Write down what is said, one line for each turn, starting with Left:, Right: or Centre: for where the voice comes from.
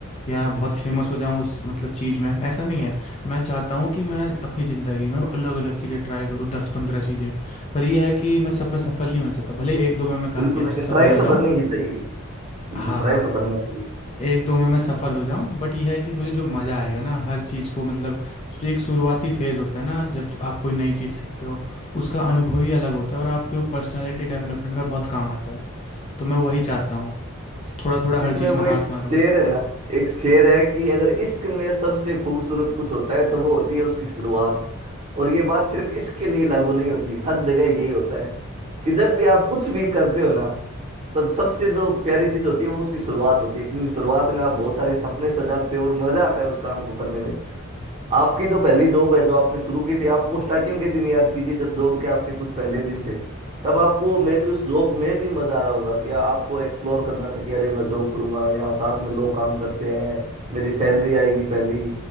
Left: या बहुत फेमस हो जाऊँ उस मतलब चीज़ में ऐसा नहीं है मैं चाहता हूँ कि मैं अपनी ज़िंदगी में अलग अलग चीज़ें ट्राई करूँ दस पंद्रह चीज़ें पर यह है कि मैं सब में सफल नहीं होना चाहता भले ही एक दो में मैं काफ़ी
Right: बिल्कुल
Left: अच्छा
Right: लेकिन
Left: सफल
Right: ट्राई
Left: हो
Right: तो
Left: जाऊँ
Right: करनी ही चाहिए बिल्कुल
Left: हाँ
Right: ट्राई
Left: हाँ
Right: तो करना चाहिए
Left: एक दो में मैं सफल हो जाऊं बट यह है कि मुझे जो मज़ा आएगा ना हर चीज़ को मतलब जो एक शुरुआती फेज़ होता है ना जब तो आप कोई नई चीज़ सीखते हो उसका अनुभव ही अलग होता है और आपके वो पर्सनैलिटी डेवलपमेंट में बहुत काम आता है तो मैं वही चाहता हूँ थोड़ा थोड़ा हर
Right: इसमें
Left: चीज़
Right: वो
Left: में हाथ
Right: एक शेर
Left: मारूँ
Right: है ना एक शेर है कि अगर इश्क में सबसे खूबसूरत कुछ होता है तो वो होती है उसकी शुरुआत और ये बात सिर्फ इश्क के लिए लागू नहीं होती हर जगह यही होता है कि जब भी आप कुछ भी करते हो ना तब सबसे जो प्यारी चीज होती है वो उसकी शुरुआत होती है क्योंकि शुरुआत में आप बहुत सारे सपने सजाते हो और मजा आता है उस काम को करने में आपकी जो पहली जॉब है जो आपने शुरू की थी आपको स्टार्टिंग के दिन याद कीजिए जब जॉब के आपके कुछ पहले दिन थे तब आपको मे भी उस जॉब में भी मजा आ रहा होगा कि आपको एक्सप्लोर करना था कि अरे मैं जॉब करूंगा यहाँ साथ में लोग काम करते हैं मेरी सैलरी आएगी पहली